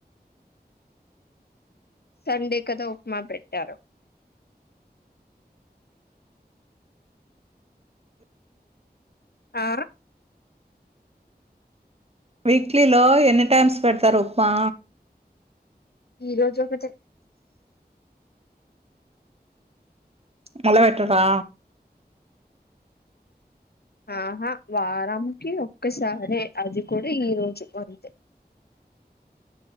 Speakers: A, on the left; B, on the right.
A: సండే కదా ఉప్మా పెట్టారు ఆ
B: వీక్లీలో ఎన్ని టైమ్స్ పెడతారు ఉప్మా
A: ఈరోజ్ జొ ఒకటే
B: మల్ల పెట్టరా
A: ఆహా వారంకి ఒక్కసారే అది కూడా ఈ రోజు అంతే